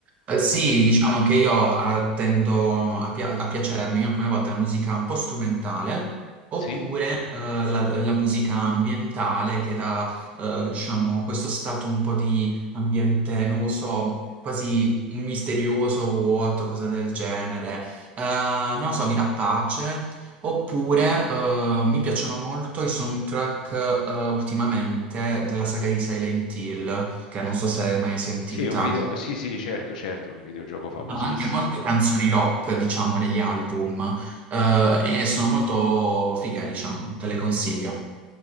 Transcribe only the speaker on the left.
No.
Sì?
Sì, è un video, sì, sì, certo, certo, è un videogioco famosissimo.